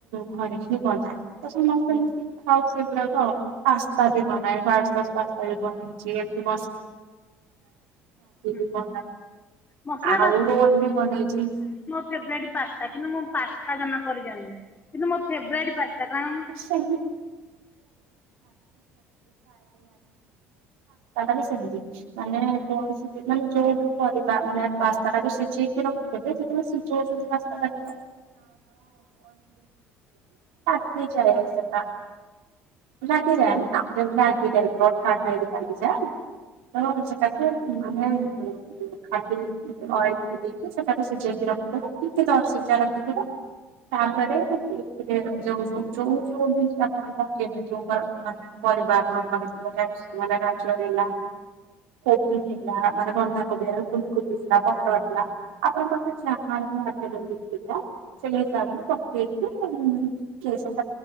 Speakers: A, on the right; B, on the left.
A: ଘରେ ହିଁ ବନାଏ ତ ସମସ୍ତ
B: ହୁଁ
A: <inaudible> ଖାଉ ମଶିକି ଖାଉ ସେଗୁଡ଼ାକ ଆଉ। ପାସ୍ତା ବି ବନାଏ ୱଇଟ୍ ସସ୍ ପାସ୍ତା ବି ବନେଇଛି <inaudible> ମ୍ୟାଗି
B: ହୁଁ
A: ବି ବନାଏ
B: ମସଲା
A: ଆଉ ରୋଡ୍ ବି ବନେଇଚି।
B: ଫେବ୍ରାଇଟି ପାସ୍ତା କିନ୍ତୁ ମୁଁ ପାସ୍ତା ଜମା କରି ଜାଣିନି କିନ୍ତୁ ମୋ ଫେବ୍ଟ୍ ରାଇଟ୍ ପାସ୍ତା କାରଣ ମୁଁ
A: <inaudible> <inaudible> ପାସ୍ତା ଟା ବି ସେଏମିତି। ମାନେ କୌଣସି ଦିନ ଯୋଉ ବି ପରିବା ମାନେ ପାସ୍ତା ଟାକୁ ସିଝେଇକି ରଖ୍ ତାପରେ ଯେତେବେଳେ ସିଝେଉନ୍ତି ପାସ୍ତା ଟାକୁ ତ <inaudible> ନି ଚଳେ ସେଟା। ଲାଗିଯାଏ <inaudible> ମାନେ ଉଁ ଖାଲି ଅଏଲ୍ ଦେଇକି ସେଟାକୁ ସିଝେଇକି ରଖିଦବ। <inaudible> ଯୋଉ ଯୋଉ ଯୋଉ ଯୋଉ ବି ଆପଣଙ୍କ <inaudible> ମାନେ ପରିବା ଆପଣଙ୍କ ପାଖେ କ୍ୟାପ୍ସି କମ୍ ହେଲା ଗାଜର ହେଲା କୋବି ହେଲା ମାନେ ବନ୍ଧାକୋବି ହେଲା ଫୁଲକୋବି ହେଲା ମଟର ହେଲା। ଆପଣଙ୍କ ପାଖରେ ଯାହା <inaudible> ସେଇ ହିସାବରେ ପକେଇକି <inaudible>